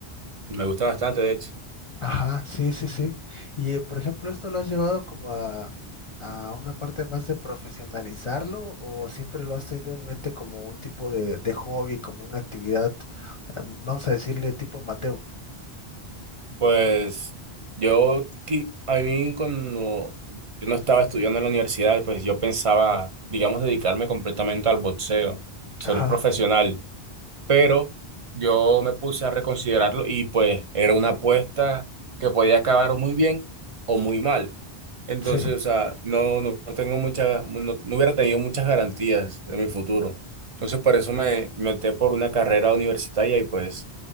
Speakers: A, on the right; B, on the left.
A: Me gusta bastante, de hecho.
B: Ajá, sí, sí, sí. Y eh, por ejemplo, ¿esto lo has llevado como a, a una parte más de profesionalizarlo o siempre lo has tenido en mente como un tipo de, de hobby, como una actividad, eh, vamos a decirle tipo amateur?
A: Pues yo, qui- a mí cuando yo no estaba estudiando en la universidad, pues yo pensaba, digamos, dedicarme completamente al boxeo, ser
B: Ajá,
A: profesional, pero yo me puse a reconsiderarlo y pues era una apuesta que podía acabar muy bien o muy mal. Entonces,
B: sí.
A: o sea, no, no, no tengo mucha, no, no hubiera tenido muchas garantías de mi futuro. Entonces, por eso me, me opté por una carrera universitaria y pues